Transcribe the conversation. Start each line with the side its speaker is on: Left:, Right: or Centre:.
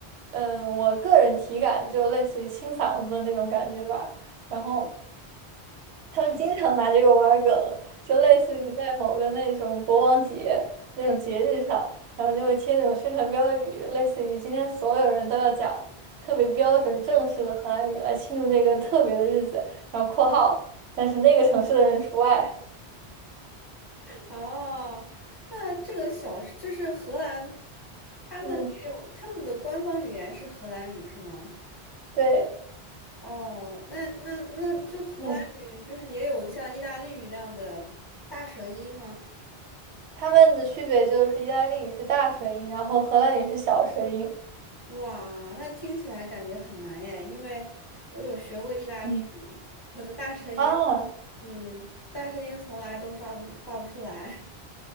Right: 嗯，我个人体感就类似于清嗓子的那种感觉吧。然后他们经常拿这个玩儿梗，就类似于在某个那种国王节那种节日上，然后就会贴那种宣传标语，类似于今天所有人都要讲特别标准正式的荷兰语来庆祝这个特别的日子，然后括号，但是那个城市的人除外。
Left: 哦，那这个小就是荷兰，他们也有他们的官方语言是荷兰语是吗？
Right: 嗯，对，
Left: 哦，那那那就荷兰语就是也有像意大利语那样的大舌音吗？
Right: 嗯，他们的区别就是意大利语是大舌音，然后荷兰语是小舌音。
Left: 哇，那听起来感觉很难耶，因为我有学过意大利语，
Right: 嗯
Left: 我的大舌音，
Right: 啊。
Left: 嗯，大舌音从来都发不发不出来。